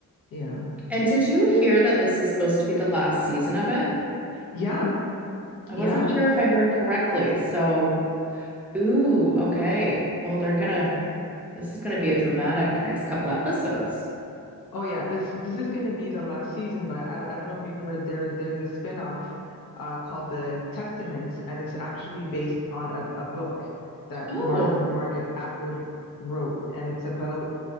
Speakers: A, on the left; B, in the centre.
A: Yeah.
B: And did you hear that this is supposed to be the last season of it?
A: Yeah.
B: I
A: Yeah.
B: wasn't sure if I heard correctly. So, ooh, okay. Well, they're gonna, this is gonna be a dramatic next couple episodes.
A: Oh yeah. This this is gonna be the last season, but I, don't- I don't know if you've heard there there's a spin-off uh called The Testaments and it's actually based on a, a book that
B: Oh,
A: Mar Margaret Atwood wrote and it's about